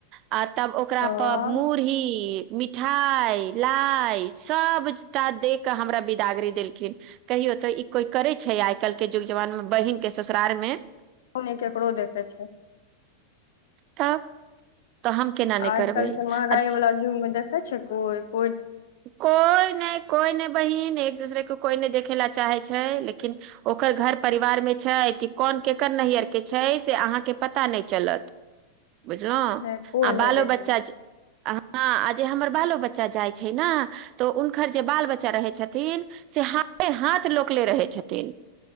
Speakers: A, on the right; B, on the left.
A: आ तब ओकरा
B: तब
A: पर मुरही मिठाई, लाइ सबटा दे के हमरा बिदागरी देलखिन। कहियो ते ई कोई करे? छै आइ काल्। <unintelligible> युग जवान मे बहिन के सस। ससारमे। <unintelligible>
B: ओ नहि ककरो देखै छै।
A: तब। <unintelligible> केना नहि
B: आजकल
A: करबै
B: जे महगाई वालला युग मे देख। कै छै कोइ। <unintelligible>
A: <unintelligible> कोइ नहि। कोई नहि बहिन एक दूसरे के कोई नहि देखे ला चाहे छै लेकिन ओकर घर परिवार मे छै कि कोन केकर नैहर के छै से अहाँके पता नहि चलत। <unintelligible> बुझलहु
B: नहि कोई
A: आ
B: नहि
A: बालो
B: देखे
A: बच्चा छै। <unintelligible> हँ -आ जे हमर बालो बच्चा जाय। <unintelligible> छै ने तऽ हुनकर जे बाल बच्चा रहै छथिन से हाथे- हाथ लोकले रहै छथिन। <unintelligible>